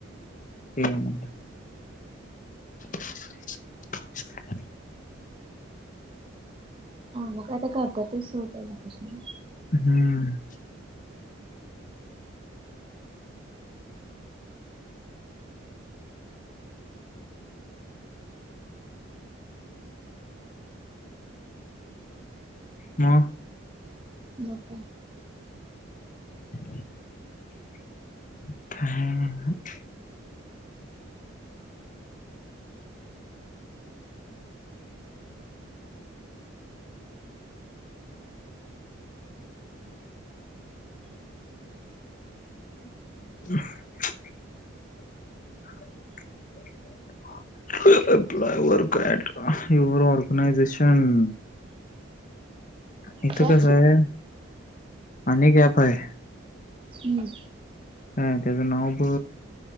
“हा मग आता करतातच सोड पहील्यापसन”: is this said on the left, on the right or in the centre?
Right